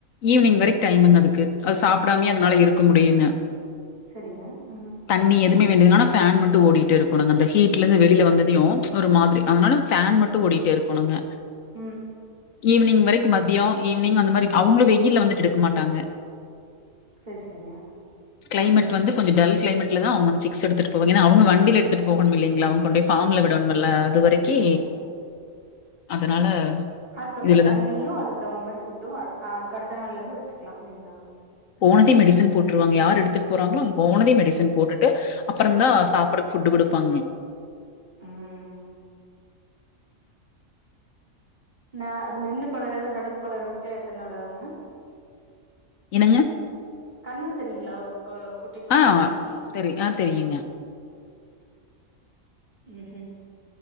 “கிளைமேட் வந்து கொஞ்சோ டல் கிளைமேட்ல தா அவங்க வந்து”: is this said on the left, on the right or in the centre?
Left